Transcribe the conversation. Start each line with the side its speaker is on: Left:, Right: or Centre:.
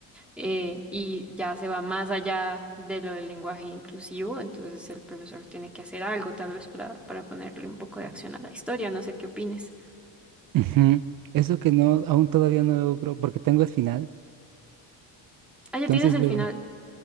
Centre: eh, y ya se va más allá de lo del lenguaje inclusivo, entonces el profesor tiene que hacer algo tal vez para, para ponerle un poco de acción a la historia, no sé qué opines.
Right: Ujú. Es lo que no, aún todavía no logro, porque tengo el final.
Centre: Ah, ya
Right: Entonces,
Centre: tienes el
Right: debo-
Centre: final.